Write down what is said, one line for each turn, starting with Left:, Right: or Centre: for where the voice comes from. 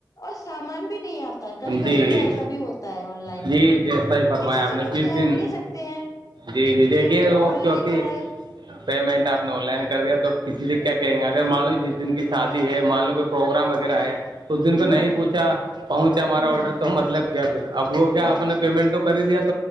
Left: اور سامان بھی نہیں آتا ہے کبھی
Right: جی
Left: کبھی تو ایسا بھی ہوتا آن لائن
Right: جی
Left: میں
Right: جی صحیح فرمایا
Left: کسی سے
Right: آپ نے
Left: کچھ
Right: جس
Left: کہ
Right: دن
Left: بھی نہیں سکتے ہیں
Right: جی جی دیکھئے
Left: کیونکہ
Right: وہ
Left: آن
Right: کیونکہ
Left: لائن کرائے
Right: پیمنٹ آپ نے آن لائن کر دیا تو کسی سے کیا کہیں گے اگر مان لو جس دن کی شادی ہے مان لو کہ پروگرام وغیرہ ہے اس دن کو
Left: ہوں
Right: نہیں پوچھا پہنچا ہمارا
Left: ہوں
Right: آڈر تو مطلب کیا پھر اب وہ کیا
Left: ہاں
Right: آپ نے پیمنٹ تو کر ہی دیا تھا